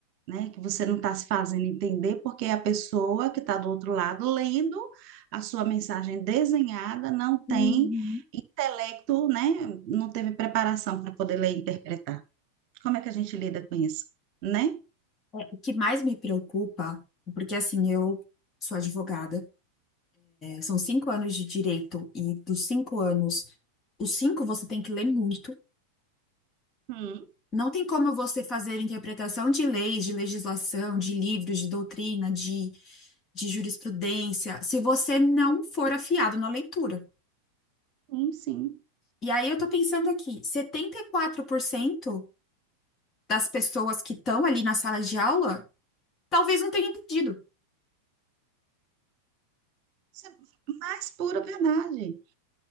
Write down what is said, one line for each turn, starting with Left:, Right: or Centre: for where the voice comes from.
Right: né, que você não está se fazendo entender porque a pessoa que está do outro lado lendo a sua mensagem desenhada não tem
Left: uhum.
Right: intelecto, né, não teve preparação para poder ler e interpretar. Como é que a gente lida com isso, né?
Left: É, o que mais me preocupa, porque assim, eu sou advogada, São cinco anos de direito e dos cinco anos, os cinco você tem que ler muito.
Right: Hum,
Left: Não tem como você fazer interpretação de leis, de legislação, de livros, de doutrina, de, de jurisprudência, se você não for afiado na leitura.
Right: hum, sim.
Left: E aí eu tô pensando aqui, 74% das pessoas que estão ali na sala de aula talvez não tenham entendido.
Right: Isso é mais pura verdade.